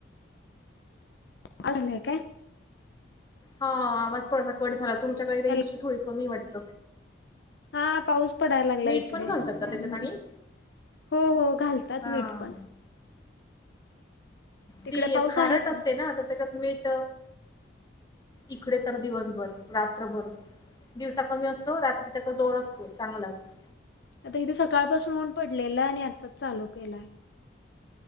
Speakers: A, on the left; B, on the left.
A: <unintelligible>
B: हा आवाज थोडासा कट झाला तुमच्याकडे रेंजची
A: हॅलो
B: थोडी कमी ए वाट
A: हा पाऊस पडाय लागलाय
B: मीठ
A: इकडे
B: पण घालतात का
A: त्यामुळं
B: त्याच्यात आणि?
A: हो हो घालतात
B: हा.
A: मीठ पण. तिकडे
B: ती
A: पाऊस
B: खारट
A: आहे
B: असते
A: का
B: ना तर त्याच्यात मीठ इकडे तर दिवसभर रात्रभर दिवसा कमी असतो रात्री त्याचा जोर असतो चांगलाच.
A: आता हित सकाळपासून ऊन पडलेला आहे आणि आत्ताच चालू केलाय.